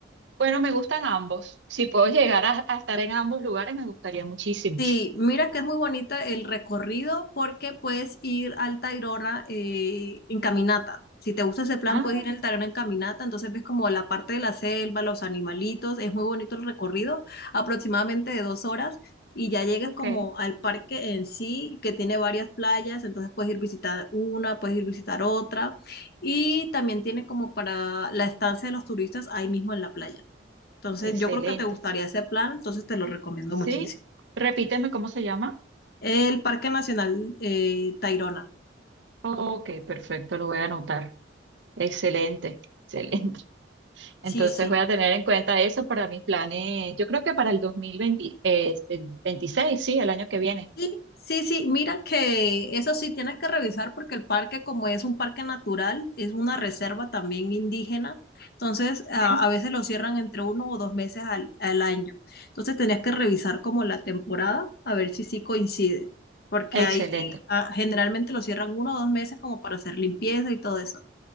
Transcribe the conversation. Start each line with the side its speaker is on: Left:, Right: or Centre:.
Right: Bueno, me gustan ambos. Si puedo llegar a, a estar en ambos lugares, me gustaría muchísimo.
Left: Sí, mira que es muy bonita el recorrido porque puedes ir al Tayrona eh, en caminata. Si te gusta ese plan,
Right: Ah,
Left: puedes ir al Tayrona en caminata. Entonces ves como la parte de la selva, los animalitos. Es muy bonito el recorrido, aproximadamente de dos horas. Y ya llegas
Right: ok,
Left: como al parque en sí, que tiene varias playas. Entonces puedes ir visitar una, puedes ir visitar otra. Y también tiene como para la estancia de los turistas ahí mismo en la playa. Entonces
Right: excelente.
Left: yo creo que te gustaría ese plan, entonces te lo recomiendo
Right: Sí,
Left: muchísimo.
Right: repíteme cómo se llama.
Left: El Parque Nacional eh, Tayrona.
Right: Ok, perfecto, lo voy a anotar. Excelente, excelente.
Left: Sí,
Right: Entonces
Left: sí.
Right: voy a tener en cuenta eso para mis planes. Yo creo que para el 2020, eh, este, 26, sí, el año que viene.
Left: Sí, sí, sí. Mira que eso sí tienes que revisar porque el parque, como es un parque natural, es una reserva también indígena. Entonces,
Right: Ok.
Left: a, a veces lo cierran entre uno o dos meses al, al año. Entonces, tenías que revisar como la temporada a ver si sí coincide. Porque
Right: Excelente.
Left: ahí ah, generalmente lo cierran uno o dos meses como para hacer limpieza y todo eso.